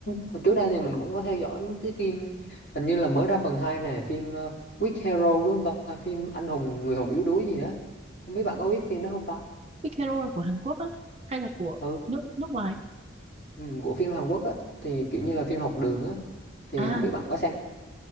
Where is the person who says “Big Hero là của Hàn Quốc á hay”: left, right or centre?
Right